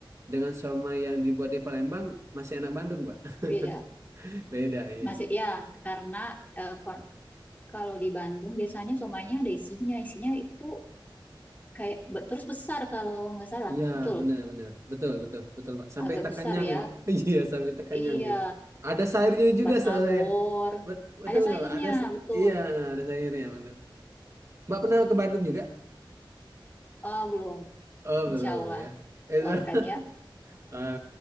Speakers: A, on the right (about 35°); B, on the left (about 20°).
A: dengan somai yang dibuat di Palembang masih enak Bandung, Mbak.
B: beda.
A: <laughs> Beda iya.
B: Masih ya, karena eh, per- kalau di Bandung biasanya somainya ada isinya. Isinya itu kayak be- terus besar kalau nggak salah.
A: Iya,
B: Betul,
A: benar-benar. Betul, betul, betul, Pak. Sampai
B: agak
A: tak
B: besar
A: kenyang,
B: ya.
A: ya, Pak. <laughs> Iya, sampai tak kenyang
B: Iya,
A: gitu. Ada sayurnya juga,
B: batagor.
A: saudara saya. Bet- betul
B: Ada sayurnya,
A: nggak, Pak? Ada, s-
B: betul.
A: iya, ada sayurnya, benar. Mbak pernah ke Bandung juga?
B: Oh, belum.
A: Oh,
B: Insya
A: belum
B: Allah.
A: ya. Itu
B: Doakan ya.
A: <laughs> ah,